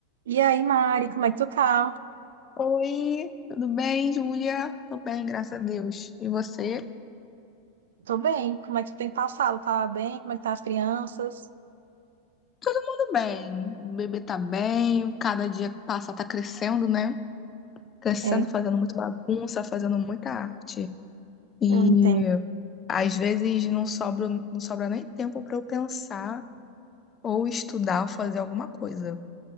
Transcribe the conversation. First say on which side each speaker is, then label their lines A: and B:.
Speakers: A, on the right (about 60°); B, on the left (about 25°).
A: E aí, Mari, como é que tu tá?
B: Oi, tudo bem, Júlia? Tô bem, graças a Deus. E você?
A: Tô bem. Como é que tu tem passado? Tá bem? Como é que tá as crianças?
B: Todo mundo bem. O bebê tá bem, cada dia que passa tá crescendo, né? Crescendo,
A: É,
B: fazendo muita bagunça, fazendo muita arte. E
A: eu entendo.
B: às vezes não sobra, não sobra nem tempo pra eu pensar ou estudar ou fazer alguma coisa.